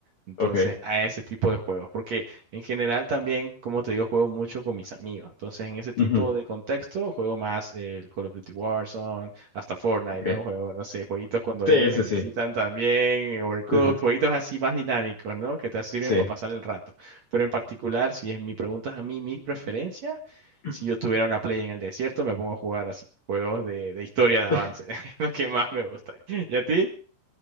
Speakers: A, on the right; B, on the left.
A: Entonces,
B: Ok.
A: a ese tipo de juegos, porque en general también, como te digo, juego mucho con mis amigos. Entonces, en ese tipo
B: Ujú,
A: de contexto, juego más eh, el Call of Duty Warzone, hasta Fortnite,
B: Ok.
A: ¿no? Juego, no sé, jueguitos cuando vienen
B: Sí,
A: y me
B: sí,
A: visitan
B: sí.
A: también, Overcooked,
B: Sí.
A: jueguitos así más dinámicos, ¿no? Que te sirven
B: sí.
A: para pasar el rato. Pero en particular, si es mi pregunta a mí, mis preferencias,
B: Sí.
A: si yo tuviera una play en el desierto, me pongo a jugar así Juegos de, de historia de avance,
B: <laughs>
A: <laughs> lo que más me gusta. ¿Y a ti?